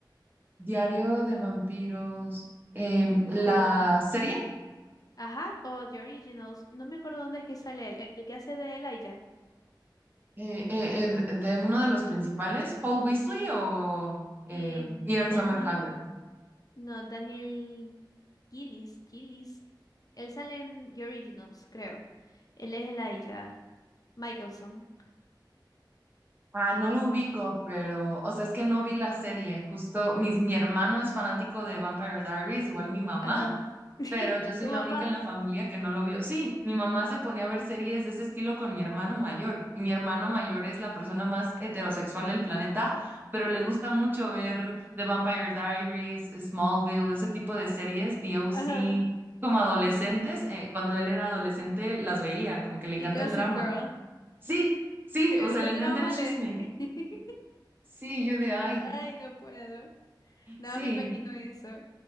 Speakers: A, on the right; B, on the left.
A: Diario de vampiros. Em, la
B: O,
A: serie
B: ajá, o The Originals. No me acuerdo dónde es que sale él, el que hace de Elijah.
A: eh, eh, eh, de uno de los principales, Paul Weasley o eh,
B: Eh,
A: Ian
B: Danny.
A: Somerhalder.
B: No, Daniel Gillis, Gillis. Él sale en The Originals, creo. Él es Elijah Michelson.
A: Ah, no lo ubico, pero, o sea, es que no vi la serie. Justo mi, mi hermano es fanático de Vampire Diaries, igual mi mamá.
B: Ajá. <laughs>
A: pero yo soy
B: Tu
A: la
B: mamá.
A: única en la familia que no lo vio. Sí, mi mamá se ponía a ver series de ese estilo con mi hermano mayor, y mi hermano mayor es la persona más heterosexual del planeta, pero le gusta mucho ver The Vampire Diaries, Smallville, ese tipo de series, D o OC,
B: Ajá.
A: como adolescentes, eh, cuando él era adolescente las veía, como que le
B: Y
A: encanta
B: Gossip
A: el drama.
B: Girl.
A: Sí, sí,
B: Si le
A: o
B: gusta
A: sea, le
B: el
A: encanta
B: drama,
A: el chisme.
B: le... <laughs>
A: Sí, yo de ay,
B: Ay, no puedo. No
A: sí,
B: me imagino eso.